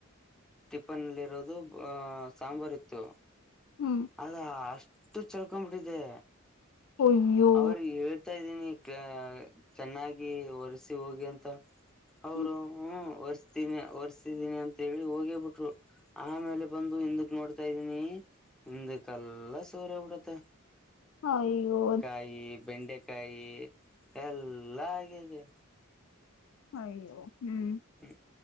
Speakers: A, in the centre; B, on the left.
A: ಟಿಫನ್ಲ್ಲಿ ಇರೋದು ಅ ಸಾಂಬಾರ್ ಇತ್ತು
B: ಹ್ಮ್
A: ಅದಾ ಅಷ್ಟು ಚಲ್ಕೊಬಿಟ್ಟಿದೆೆ
B: ಅಯ್ಯೋ
A: ಅವ್ರಿಗೆ ಹೇಳ್ತಾ ಇದ್ದೀನಿ ಅ ಚೆನ್ನಾಗಿ ಒರ್ಸಿ ಹೋಗಿ ಅಂತ ಅವರು
B: ಹ್ಮ್
A: ಒರ್ಸ್ತೀನಿ ಒರ್ಸ್ತಿದೀನಿ ಅಂತ ಹೇಳಿ ಹೋಗೇ ಬಿಟ್ರು ಆಮೇಲೆ ಬಂದು ಹಿಂದಕ್ ನೋಡ್ತಾದೀನಿ ಹಿಂದಕ್ಕೆಲ್ಲ ಸೋರೆ ಬಿಡುತೆ
B: ಅಯ್ಯೊ
A: ಕಾಯಿ ಬೆಂಡೆಕಾಯಿ ಎಲ್ಲಾ ಆಗಿದೆ
B: ಅಯ್ಯೋ ಹ್ಮ್
A: ಹೂ